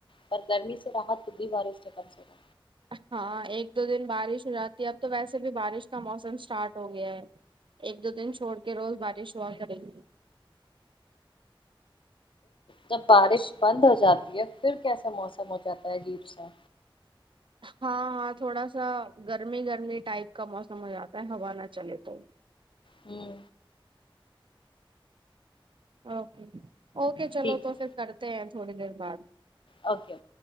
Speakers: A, on the left; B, on the right.
A: پر گرمی سے راحت خود بھی بارش کم سےا
B: ہاں ایک دو دن بارش ہو جاتی ہے اب تو ویسے بھی بارش کا موسم اسٹارٹ ہو گیا ہے ایک دو دن چھوڑ کے روز بارش ہوا کریں گی
A: جب بارش بند ہو جاتی ہے پھر کیسا موسم ہو جاتا ہے عجیب سا
B: ہاں ہاں تھوڑا سا گرمی گرمی ٹائپ کا موسم ہو جاتا ہے ہوا نہ چلے تو
A: ہوں
B: اوکے اوکے چلو
A: ٹھیک
B: تو
A: ہے
B: پھر کرتے ہیں تھوڑی دیر بعد
A: اوکے